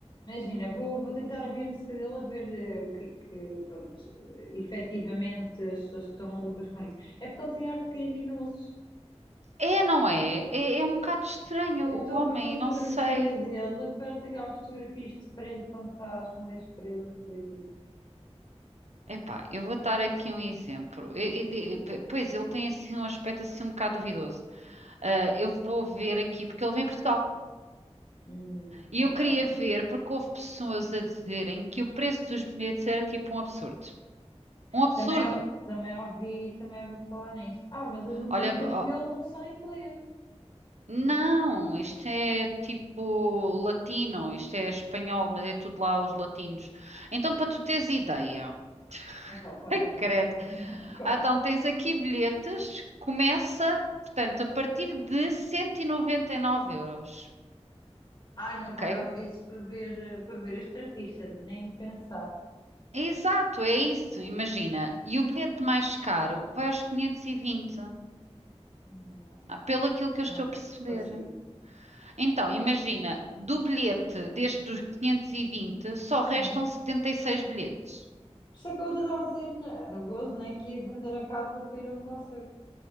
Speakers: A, on the left (about 40°); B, on the right (about 75°).
A: Imagina, vou, vou tentar ouvir a música dele a ver eh, o que é que, pronto, eh, efetivamente as pessoas estão malucas com isso. É porque ele tem arte criminoso.
B: É, não é? É, é um bocado estranho
A: Eu
B: o
A: estou
B: homem,
A: a ver uma fotografia
B: não sei.
A: dele que parece aquelas fotografias de frente quando estás, quando és preso. E, tipo,
B: Epá, eu vou dar aqui um exemplo. E- e- e- p- pois, ele tem assim um aspecto assim um bocado duvidoso. Ah, eu vou ver aqui, porque ele vem a Portugal.
A: hum,
B: E
A: ok.
B: eu queria ver, porque houve pessoas a dizerem que o preço dos bilhetes era tipo um absurdo. Um absurdo!
A: Também, também ouvi, também ouvi falar nisso. Ah, mas as músicas
B: Olha, ó,
A: dele não são em inglês.
B: não, isto é tipo latino, isto é espanhol, mas é tudo lá os latinos. Então, para tu teres ideia,
A: Então,
B: <laughs>
A: conta-me.
B: ai, credo,
A: <laughs> Não, conta.
B: Ah, Então tens aqui bilhetes, começa, portanto, a partir de 199 euros,
A: Ai, não
B: ok?
A: pagava isso para ver, eh, para ver este artista, nem pensar.
B: É Exato, é isso, imagina. E o bilhete mais caro vai aos 520,
A: Não,
B: ah, pelo aquilo que eu estou
A: não
B: a perceber.
A: consigo.
B: Então, imagina, do bilhete deste dos 520, só restam
A: Sim.
B: 76 bilhetes.
A: Por isso é que eu estava a dizer né, no gozo, né, que ia vender a casa para ir a um concerto.